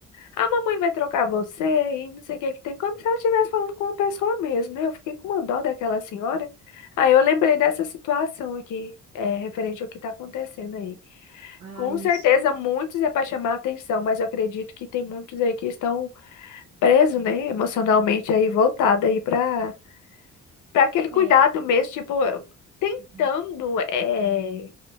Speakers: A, on the left; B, on the right.
A: A mamãe vai trocar você e não sei o que que tem, como se ela estivesse falando com uma pessoa mesmo, né? Eu fiquei com uma dó daquela senhora. Aí eu lembrei dessa situação aqui, é, referente ao que está acontecendo aí.
B: Ah,
A: Com
B: isso.
A: certeza muitos é para chamar a atenção, mas eu acredito que tem muitos aí que estão preso, né, emocionalmente aí voltado aí para para aquele cuidado
B: É.
A: mesmo, tipo, eu- tentando,
B: Uhum.
A: é,